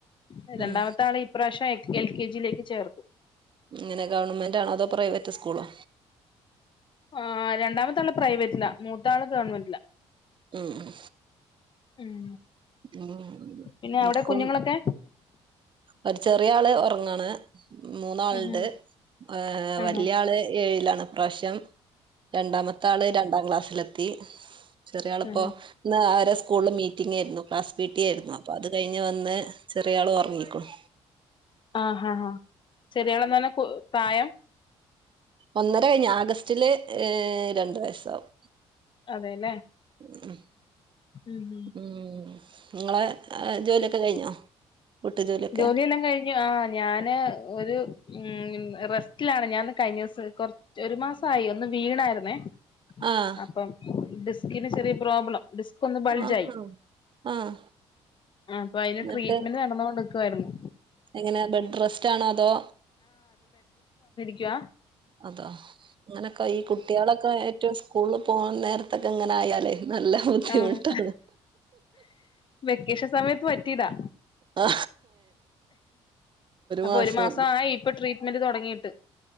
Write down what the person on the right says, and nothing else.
ഉം
ഇങ്ങനെ ഗവൺമെന്റണോ അതോ പ്രൈവറ്റ് സ്കൂളോ
ഉം ഉം
ഉം
നിക്കും
ഒരു ചെറിയ ആള് ഒറ് ങ്ങാണ് മൂന്നാൾണ്ട്
ഏഹ്
വല്ല്യ ആള് ഏഴിലാണ് ഇപ്രാവശ്യം രണ്ടാമത്തെ ആള് രണ്ടാം ക്ലാസ്സിലെത്ത ത്തി ചെറിയാള്പ്പൊ
ഇന്ന് അവരെ സ്കൂളിൽ മീറ്റിംഗ് ഏന്നു പീട്ടിയേരുന്നു അപ്പൊ അത് ക കഴിഞ് വന്ന് ചെറിയാള് ഓർങ്ങിക്കുണു
ഒന്നര കഴിഞ്ഞ് ആഗസ്റ്റില് ഏ രണ്ട് വയസ്സാവും
ഉം
ഉം ഇങ്ങളെ ജോലിയൊക്കെ കഴിഞ്ഞോ വീട്ടു ജോലിയൊക്കെ
ആഹ്
ആഹാ ആഹ്
എന്നിട്ട്
എങ്ങനെ ബെഡ് റെസ്റ്റ്റ്റാണോ അതോ
അതാ അങ്ങനൊക്കെ ഈ കുട്ടികളൊക്കെ ഏറ്റവും സ്കൂളും പോ നേരത്തൊക്കെ ഇങ്ങനെ ആയാല് നല്ല ബുദ്ധിമുട്ടാണ്.
ആ
മാസം